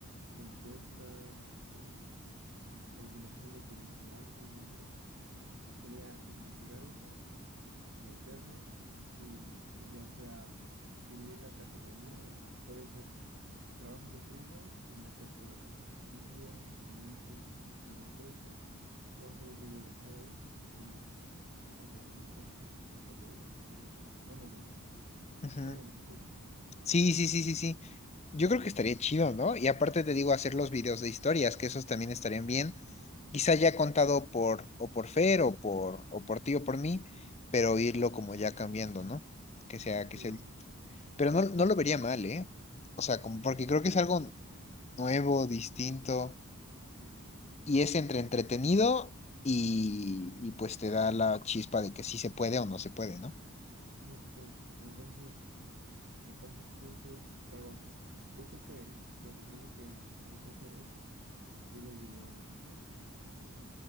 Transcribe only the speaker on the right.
de encuestas, de eliminación de publicidad. Entonces, sería investigar esas, meternos y pues ya sea dividir la categoría, o sea, puede ser trabajos de freelance y meter todas esas IA, anuncios y encuestas. Voy a hacer un video de cada uno y ya. Otro de encuestas, otro de freelance. Bueno, de...
Vaya, ¿me entiendes?
Sí,
sí,
sí.
Justo. Entonces, el paso siguiente, ¿cuál va a ser? Yo creo que lo primero que hay que hacer es subir el video de la historia, ¿no?